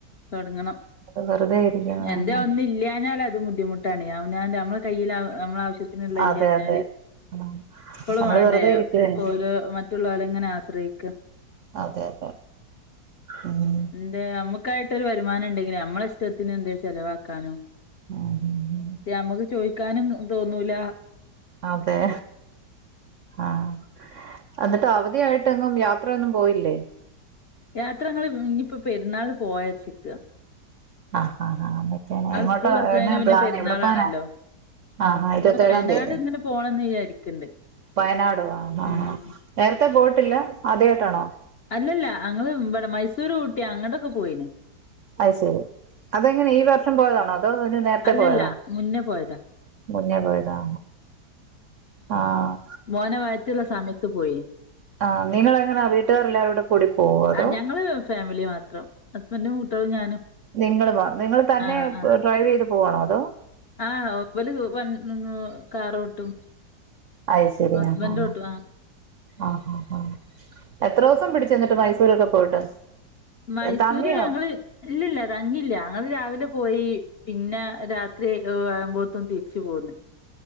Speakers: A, on the left; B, on the right.
A: തൊടങ്ങണം
B: അത് വെറുതെ ഇരിക്കുന്ന
A: എൻ്റെ
B: ആഹ്
A: അതൊന്നി ല്ല്യാഞ്ഞാലതും ബുദ്ധിമുട്ടാണ് അവനാൻ്റെ അമ്മളെ കയ്യില് അവ് അമ്മളാവ ശ്യത്തിന്ള്ളെ
B: അതെ
A: ഇല്ല്യാഞ്ഞാല്
B: അതെ ആഹ്
A: പ്പളും
B: നമ്മള്
A: മാണ്ടേ
B: വെറുതെ ഇരിക്കുവല്ലേ
A: ഓല് മ റ്റുള്ളോരെങ്ങനെ ആശ്രയിക്ക.
B: അതെ യതെ ഉം
A: തെ നമക്കായിട്ടൊരു വരുമാനണ്ടെങ്കില് അമ്മളെഷ്ടത്തിനെന്തേ ചെലവാക്കാനോ
B: <unintelligible>
A: ഇപ്പ ഞമ്മക്ക് ചോയ്ക്കാനും തോന്നൂല.
B: അതെ ആഹ് അന്ന്ട്ട് അവധിയായിട്ടെങ്ങും യാത്രയൊന്നും പോയില്ലേ?
A: യാത്ര ഞങ്ങള് ഇഞിപ്പോ പെര്ന്നാളിന് പോവാചാര്ച്ചിക്ക.
B: ആഹ് ഹാ ഹാ അന്നത്തെന് എങ്ങോട്ട
A: സ്കൂൾ തുറക്കണതിന്
B: എന്ന
A: മുന്നേ
B: പ്ലാൻ
A: പെരുന്നാളാണല്ലോ
B: എവടെ പോവാനാ? ആഹ് ഹാ ഇരുപത്തേഴാംതീയല്ലേ
A: വയനാട് ഇങ്ങനെ പോണംന്ന് വിചാരിക്ക്ണ്ട്
B: വയനാടോ ആഹ് ആഹ്
A: ഉം
B: ആഹ് നേരത്തെ പോയിട്ടില്ല ആദ്യായിട്ടാണോ?
A: അല്ലല്ല അങ്ങള് ഇബടെ മൈസൂര്, ഊട്ടി അങ്ങട്ടൊക്കെ പോയിണ്.
B: അയ് ശെരി അതെങ്ങനെ ഈ വർഷം പോയതാണോ അതോ ഇതിന് നേരത്തെ
A: അല്ലല്ല
B: പോയതോ?
A: മുന്നേ പോയ
B: മുന്നേ പോയതാ ആ ആഹ്
A: മോനവയറ്റിയുള്ള സമയത്ത് പോയി
B: ആ നിങ്ങൾ എങ്ങനാ വീട്ടുകാർ എല്ലാവരോൂടെ കൂടി പോവോ അതോ
A: ആഹ് ഞങ്ങള് ഫാമിലി മാത്രം ഹസ്ബൻറും കുട്ടോളും ഞാനും
B: നിങ്ങള് മാത്ര നിങ്ങൾ തന്നെ
A: ആഹ് ആഹ്
B: ഡ്രൈവ് ചെയ്ത് പോവാണോ അതോ
A: ആഹ് ഹസ്ബന്റ് കാറോട്ടും
B: അയി ശരി
A: ഹസ്ബൻഡ്
B: ആഹ് ആഹ്
A: ഓട്ടും
B: ആഹ് ആഹ് ആ എത്ര ദിവസം പിടിച്ചെന്നിട്ട് മൈസൂരൊക്കെ പോയിട്ട്
A: മൈസൂര്
B: തങ്ങിയോ
A: ഞങ്ങള് ഇല്ലില്ല തംഗില്ല ഞങ്ങൾ രാവിലെ പോയി പിന്നെ രാത്രി ആകുമ്പോഴത്തും തിരിച്ച് പോന്ന്